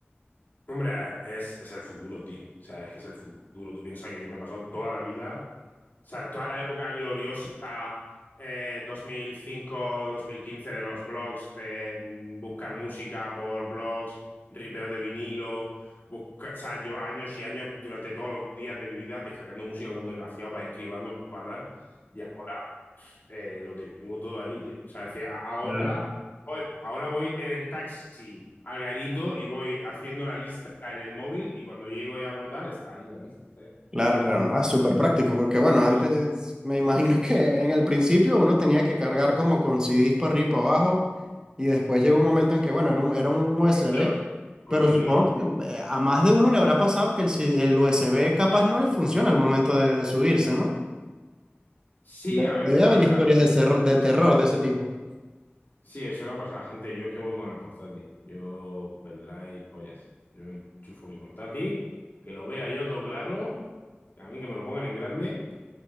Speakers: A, on the left; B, on the right.
A: Hombre, es, es el futuro, tío. O sea, es que es el futuro. Tú piensas que yo me he pasado toda la vida O sea, toda la época gloriosa eh, dos mil cinco-dos mil quince de los blogs, de mm, buscar música por blogs, ripeo de vinilo, buscar, o sea, yo años y años durante todos los días de mi vida descargando música como un desgraciado para ir cribando, para tal, y ahora eh, lo tengo todo ahí, tío. O sea, es decir, a- ahora
B: Claro.
A: voy, ahora voy en el taxi al garito y voy haciendo la lista en el móvil y cuando llego y abro tal, está ahí la lista ya.
B: Claro, claro, no, es súper práctico porque bueno, antes
A: Los
B: me imagino que en el principio uno tenía que cargar como con CDs para arriba y para abajo y después llegó un momento en que bueno, era un, era un USB,
A: vinilos, con
B: pero
A: vinilos
B: supongo que eh, a más de uno le habrá pasado que el, C- el USB capaz no le funciona al momento de, de subirse, ¿no?
A: Sí,
B: De-
A: a veces
B: debe haber
A: pasa.
B: historias de, ser- de terror de ese tipo.
A: Sí, eso le pasa a la gente. Yo es que voy con el portátil. Yo pendrive pollas. Yo enchufo mi portátil, que lo vea yo todo claro, que a mí que me lo pongan en grande